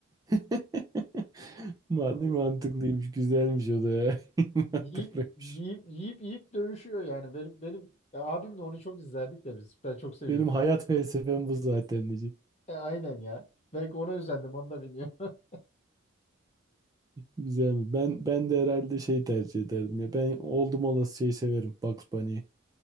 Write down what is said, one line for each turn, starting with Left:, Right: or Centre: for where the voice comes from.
Right: <laughs> Man-
Left: <laughs>
Right: Mantıklıymış, güzelmiş o da ya. <laughs> Mantıklıymış.
Left: Yiyip yiyip yiyip yiyip dövüşüyor yani. Benim benim e, abimle onu çok izlerdik de biz. Ben çok seviyordum.
Right: Benim hayat felsefem bu zaten.
Left: E, aynen ya. Belki ona özendim onu da bilmiyorum. <laughs>
Right: Güzelmiş. Ben ben de herhalde şey tercih ederdim ya. Ben oldum olası şeyi severim Bugs Bunny'yi.